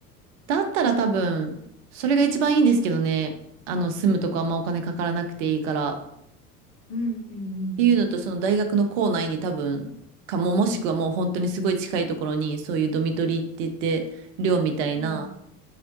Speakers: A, on the right; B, on the left.
A: だったら多分、それが一番いいんですけどね。あの、住むとこあんまお金かからなくていいから。
B: うんうん
A: っていうのと、
B: うん
A: その大学の校内に多分、かも、もしくはもう本当にすごい近いところに、そういうドミトリーって言って、寮みたいな
B: うん。